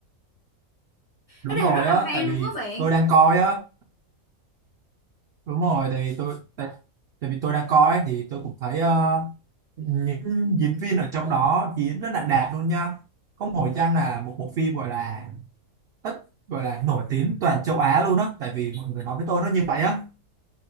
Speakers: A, on the right; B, on the left.
A: Đúng
B: nó đều
A: rồi
B: rất
A: á,
B: là hay
A: tại
B: luôn
A: vì
B: á bạn.
A: tôi đang coi á. Đúng rồi, tại vì tôi tại, tại vì tôi đang coi thì tôi cũng thấy ờ, những diễn viên ở trong đó diễn rất là đạt luôn nha có một hội danh là một bộ phim gọi là tất gọi là nổi tiếng toàn châu Á luôn á tại vì mọi người nói với tôi nó như vậy á